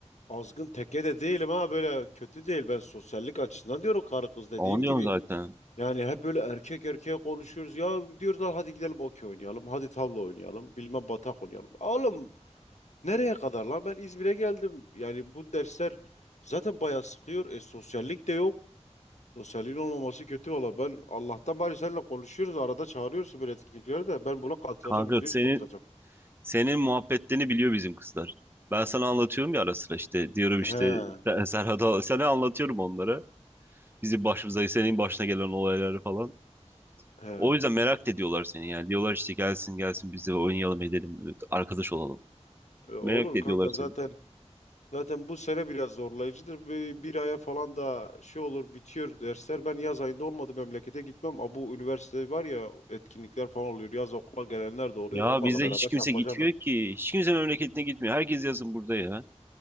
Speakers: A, on the left; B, on the right.
A: azgın teke de değilim ha böyle kötü değil. Ben sosyallik açısından diyorum karı kız dediğim
B: Anlıyorum
A: gibi.
B: zaten.
A: Yani hep böyle erkek erkeğe konuşuyoruz. Ya diyorlar hadi gidelim okey oynayalım. Hadi tavla oynayalım. Bilmem batak oynayalım. Oğlum nereye kadar lan ben İzmir'e geldim. Yani bu dersler zaten bayağı sıkıyor. E sosyallik de yok. Sosyalliğin olmaması kötü valla. Ben Allah'tan bari seninle konuşuyoruz. Arada çağırıyorsun böyle etkinliklere de. Ben buna katılacağım.
B: Kanka
A: Yüzde
B: senin
A: yüz katılacağım.
B: senin muhabbetlerini biliyor bizim kızlar. Ben sana anlatıyorum ya ara sıra işte diyorum
A: He.
B: işte Serhat'a sana anlatıyorum onlara. Bizim başımıza senin başına gelen olayları falan.
A: He.
B: O yüzden merak da ediyorlar seni yani. Diyorlar işte gelsin gelsin biz de oynayalım edelim evet, arkadaş olalım.
A: E, olur
B: Merak da
A: kanka
B: ediyorlar
A: zaten.
B: seni.
A: Zaten bu sene biraz zorlayıcıdır. Bir, bir aya falan da şey olur bitiyor dersler. Ben yaz ayında olmadı memlekete gitmem. Ama bu üniversite var ya etkinlikler falan oluyor. Yaz okula gelenler de oluyor.
B: Ya
A: Onlarla
B: bizde
A: beraber
B: hiç kimse
A: takılacağım
B: gitmiyor
A: ben.
B: ki. Hiç kimse memleketine gitmiyor. Herkes yazın burada ya.